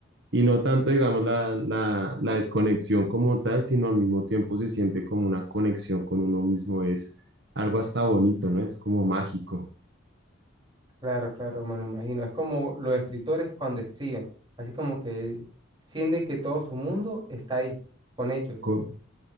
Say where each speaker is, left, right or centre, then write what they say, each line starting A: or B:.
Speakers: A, on the right (about 60°); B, on the right (about 25°).
A: Y no tanto,
B: es
A: digamos, la, la, la desconexión como tal, sino al mismo tiempo se siente como una conexión con uno mismo. Es algo hasta bonito, ¿no? Es como mágico.
B: claro, claro, me lo imagino. Es como los escritores cuando escriben, así como que sienten que todo su mundo está ahí con ellos.
A: Co-